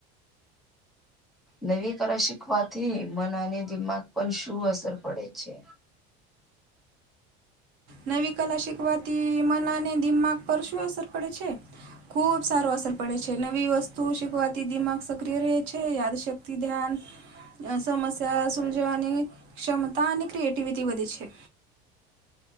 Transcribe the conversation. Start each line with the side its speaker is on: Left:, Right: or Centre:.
Centre: નવી કલા શીખવાથી મન અને દિમાગ પર શું અસર પડે છે
Right: નવી કલા શીખવાથી મનને દિમાગ પર શું અસર પડે છે ખૂબ સારું અસર પડે છે નવી વસ્તુ શીખવાતી દિમાગ સક્રિય રહે છે યાદશક્તિ ધ્યાન સમસ્યા સુલજવાની ક્ષમતા અને ક્રિએટિવિટી વધી છે